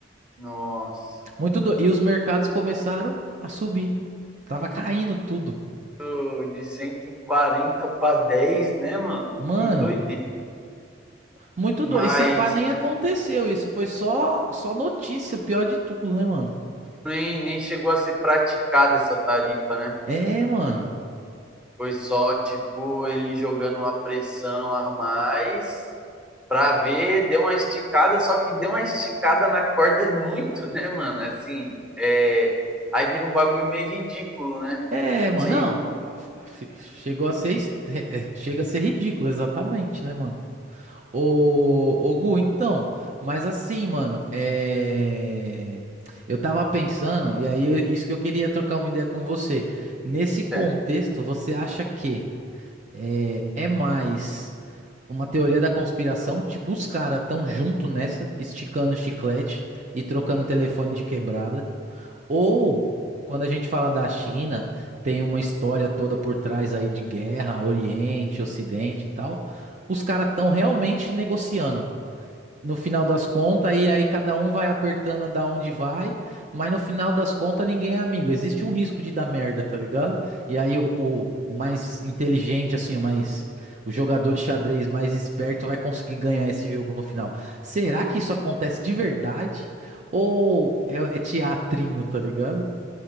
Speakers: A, in the centre; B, on the right (about 40°).
A: nossa.
B: Muito do... E os mercados começaram a subir. Tava caindo tudo.
A: Tô De 140 para 10, né, mano?
B: Mano,
A: Que doideira.
B: muito
A: Mas
B: doido. Esse pá nem aconteceu isso. Foi só, só notícia, o pior de tudo, né, mano?
A: nem, nem chegou a ser praticada essa tarifa, né?
B: É, mano.
A: Foi só, tipo, ele jogando uma pressão a mais pra ver, deu uma esticada, só que deu uma esticada na corda <laughs> muito, né, mano? Assim, é... aí vira um bagulho meio ridículo, né?
B: É, mano.
A: Sei,
B: Não. F- Chegou a ser. est- <laughs> Chega a ser ridículo, exatamente, né, mano? Ô, ô Gu, então, mas assim, mano, é... eu tava pensando, e aí eu- isso que eu queria trocar uma ideia com você. Nesse
A: certo.
B: contexto, você acha que é, é mais uma teoria da conspiração? Tipo, os caras tão junto nessa, esticando o chiclete e trocando telefone de quebrada? Ou, quando a gente fala da China, tem uma história toda por trás aí de guerra, Oriente, Ocidente e tal. Os caras estão realmente negociando. No final das contas, e aí cada um vai apertando da onde vai, mas no final das contas ninguém é amigo. Existe um risco de dar merda, tá ligado? E aí o, o, o mais inteligente, assim, o mais. O jogador de xadrez mais esperto vai conseguir ganhar esse jogo no final. Será que isso acontece de verdade? Ou é, é teatrinho, tá ligado?